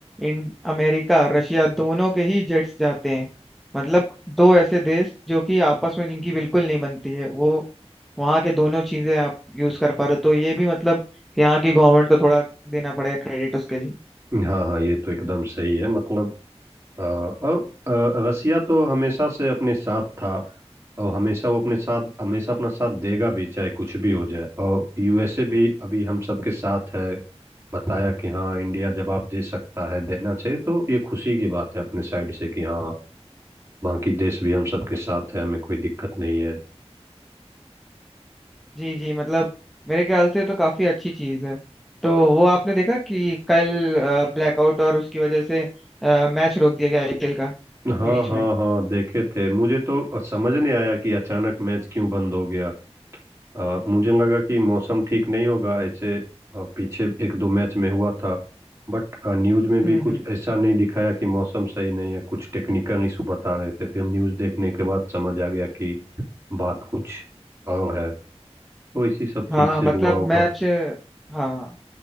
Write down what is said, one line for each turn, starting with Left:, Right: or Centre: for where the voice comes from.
Centre: इन अमेरिका और रशिया दोनों के ही जेट्स जाते हैं मतलब दो ऐसे देश जो कि आपस में जिनकी बिल्कुल नहीं बनती है वो वहाँ के दोनों चीजें आप यूज कर पा रहे हो तो ये भी मतलब यहाँ की गवर्नमेंट को थोड़ा देना पड़ेगा क्रेडिट उसके लिए
Right: हाँ हाँ ये तो एकदम सही है मतलब अ, और अ, रसिया तो हमेशा से अपने साथ था और हमेशा वो अपने साथ हमेशा अपना साथ देगा भी चाहे कुछ भी हो जाए और यूएसए भी अभी हम सबके साथ है बताया कि हाँ इंडिया जवाब दे सकता है देना चाहिए तो ये खुशी की बात है अपने साइड से कि हाँ बाकी देश भी हम सबके साथ है हमें कोई दिक्कत नहीं है
Centre: जी जी मतलब मेरे ख्याल से तो काफी अच्छी चीज है तो वो आपने देखा कि कल ब्लैकआउट और उसकी वजह से मैच रोक दिया गया आईपीएल का
Right: हाँ
Centre: बीच
Right: हाँ
Centre: में
Right: हाँ देखे थे मुझे तो समझ नहीं आया कि अचानक मैच क्यों बंद हो गया अ, मुझे लगा कि मौसम ठीक नहीं होगा ऐसे अ, पीछे एक दो मैच में हुआ था बट न्यूज में भी
Centre: हम्म
Right: कुछ
Centre: हम्म
Right: ऐसा नहीं दिखाया कि मौसम सही नहीं है कुछ टेक्निकल इशू बता रहे थे फिर न्यूज देखने के बाद समझ आ गया कि बात कुछ और है तो इसी सब
Centre: हाँ
Right: चीज से
Centre: मतलब
Right: हुआ होगा
Centre: मैच हाँ